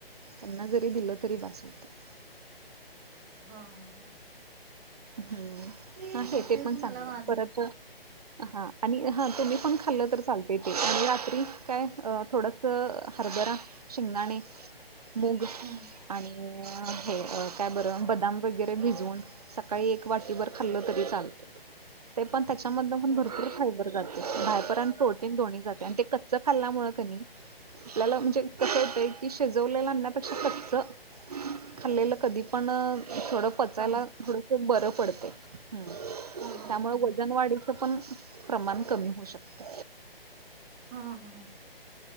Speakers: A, on the right; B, on the right.
A: त्यांना जरी दिलं तरी बास होतय.
B: हा हा
A: हम् आहे
B: मग
A: ते
B: तेच
A: पण चांगलं
B: मला माझं
A: परत हा आणि हा ते मी पण खाल्लं तर चालत <unintelligible> ते <inaudible> आणि रात्री काय थोडं हरभरा, शेंगदाणे मुग
B: हम्म
A: आणि हे काय बरं बदाम वगैरे भिजवून सकाळी एक वाटीभर खाल्लं तरी चालतय. ते पण त्याच्यामध्ये पण
B: बर
A: भरपूर <inaudible> फायबर <unintelligible> फायबरर आणि प्रोटीन दोन् जाते ते कच्च खाल्ल्यामुळे क आपल्याला <inaudible> म्हणजे कस होत की शेजवलेलं अपेक्षा कचच खाल्लं कधी पण थोडं पचायला
B: चांगलं
A: थोडं खूप बरं पडतंय हम्
B: हा हा
A: त्यामुळे
B: हा हा
A: वजन वाढी <unintelligible> पण प्रमाण कमी होऊ शकत.
B: हा हा